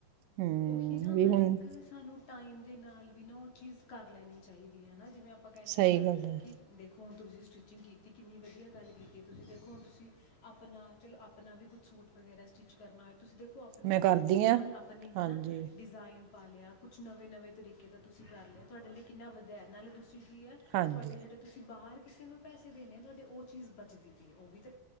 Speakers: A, on the right; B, on the left.
A: ਹੂੰ
B: ਉਹੀ ਨਾ
A: ਵੀ
B: ਹਰ
A: ਹੁਣ
B: ਇੱਕ ਸਾਨੂੰ ਟਾਈਮ ਦੇ ਦੇ ਨਾਲ ਵੀ ਨਾ ਉਹ ਚੀਜ਼ ਕਰ ਲੈਣੀ ਚਾਹੀਦੀ ਐ ਜਿਵੇਂ ਆਪਾਂ ਕਹਿੰਨੇ
A: ਸਹੀ
B: ਆਂ ਨਾ
A: ਗੱਲ ਹੈ
B: ਕਿ ਦੇ ਹਣ ਤੁਸੀਂ ਸਟਿਚਿੰਗ ਕੀਤੀ ਕਿੰਨੀ ਵਧੀਆ ਗੱਲ ਕੀਤੀ ਹੈ ਤੁਸੀਂ ਦੇਖੋ ਹੁਣ ਤੁਸੀਂ ਆਪਣਾ ਚਲੋ ਆਪਣਾ ਵੀ ਕੁਝ ਸੂਟ ਵਗੈਰਾ ਸਟਿੱਚ ਕਰਨਾ ਹੋਏ ਤੁਸੀਂ ਦੇਖੋ ਉਹ ਆਪਣੇ
A: ਮੈਂ
B: ਤਰੀਕੇ
A: ਕਰਦੀ
B: ਨਾਲ
A: ਹਾਂ।
B: ਆਪਣੀ ਹੈ
A: ਹਾਂਜੀ,
B: ਨਾ ਡਿਜ਼ਾਇਨ ਪਾ ਲਿਆ ਕੁੱਛ ਨਵੇਂ ਨਵੇਂ ਤਰੀਕੇ ਦਾ ਤੁਸੀਂ ਕਰ ਲਿਆ ਤੁਹਾਡੇ ਲਈ ਕਿੰਨਾ ਵਧਆ ਨਾਲੇ ਦੂ ਚੰਗੀ ਹੈ
A: ਹਾਂਜੀ
B: ਤੁਹਾਡੇ ਜਿਹੜੇ ਤੁਸੀਂ ਬਾਹਰ ਕਿਸੇ ਨੂੰ ਪੈਸੇ ਦੇਣੇ ਆ ਤੁਹਾਡੇ ਉਹ ਚੀਜ਼ ਬਚਦੀ ਪਈ ਉਹ ਵੀ ਤੇ